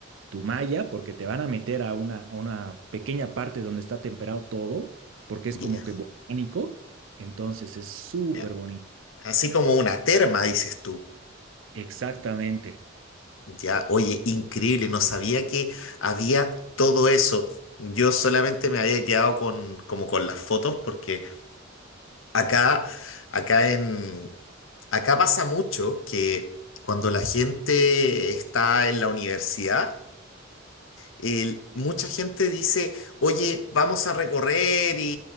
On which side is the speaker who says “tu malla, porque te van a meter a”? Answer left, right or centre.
Right